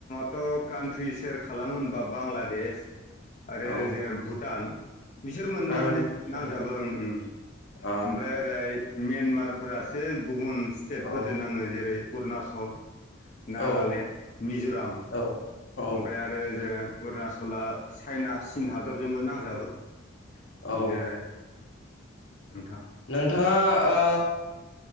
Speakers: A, on the left (about 40°); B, on the left (about 75°).
A: ओ कान्ट्रि शयार खालामो होनबा बांलादेश आरो
B: औ
A: ओजो भुटान बिसोर मोननैयानो
B: बांलादेश
A: नांजाबो उम उम।
B: अ
A: ओमफ्राय ओरै मेनमार फोरासो गुबुन स्टेट
B: औ
A: फोरजो नाङो ओरै अरुनाचल नागालेण्ड,
B: औ
A: मिजराम।
B: औ औ
A: ओमफ्राय आरो ओजों अरुणाचला चाइना चिन हादरजोंबो नांजाबो। बिनो
B: औ
A: आरो <inaudible> नोंथां।
B: नोंथाङा ओ